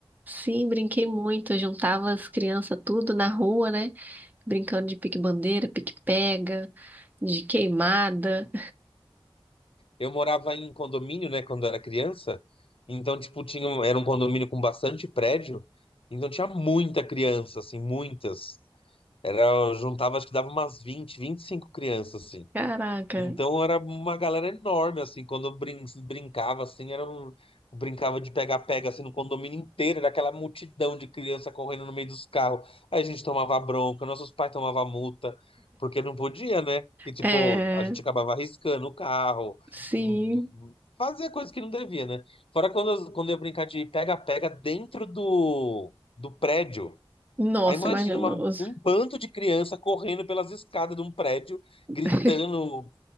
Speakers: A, on the right; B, on the left.
A: sim, brinquei muito. Eu juntava as crianças tudo na rua, né? Brincando de pique-bandeira, pique-pega, de queimada.
B: Eu morava em condomínio, né, quando era criança. Então, tipo, tinha, um- era um condomínio com bastante prédio. Então tinha muita criança, assim, muitas. Era, eu juntava, acho que dava umas vinte, vinte e cinco crianças, assim.
A: Caraca,
B: Então era uma galera enorme, assim, quando eu brin- brincava, assim, era um- eu brincava de pega-pega, assim, no condomínio inteiro, era aquela multidão de criança correndo no meio dos carros. Aí a gente tomava bronca, nossos pais tomavam multa, porque não podia, né? Que, tipo,
A: é,
B: a gente acabava arriscando o carro,
A: sim.
B: hum, hum, fazia coisas que não devia, né? Fora quando, eu- quando eu ia brincar de pega-pega dentro do, do prédio.
A: Nossa,
B: Aí imagina
A: imagina.
B: uma-
A: os-
B: um bando de criança correndo pelas escadas de um prédio,
A: <laughs>
B: gritando.